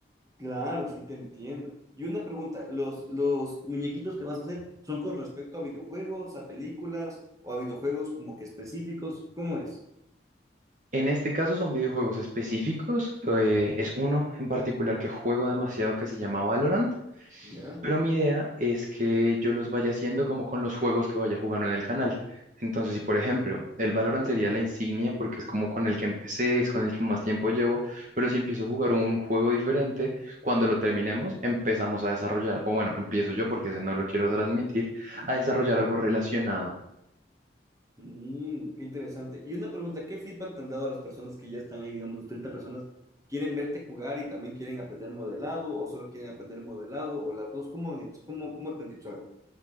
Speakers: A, on the right (about 20°); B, on the right (about 45°).
A: Claro, sí te entiendo. Y una pregunta, ¿los, los muñequitos que vas a hacer son con respecto a videojuegos, a películas o a videojuegos como que específicos? ¿Cómo es?
B: En este caso son videojuegos específicos, eh, es uno en particular que juego demasiado que se llama Valorant,
A: ¿Ya?
B: pero mi idea es que yo los vaya haciendo como con los juegos que vaya jugando en el canal. Entonces, si por ejemplo, el Valorant sería la insignia porque es como con el que empecé, es con el que más tiempo llevo, pero si empiezo a jugar un juego diferente, cuando lo terminemos, empezamos a desarrollar, o bueno, empiezo yo porque ese no lo quiero transmitir,
A: Ujú.
B: a desarrollar algo relacionado.
A: Mm, qué interesante. Y una pregunta, ¿qué feedback te han dado las personas que ya están ahí, digamos, los 30 personas? ¿Quieren verte jugar y también quieren aprender modelado o solo quieren aprender modelado o las dos? ¿Cómo, han hecho- cómo, cómo te han dicho algo?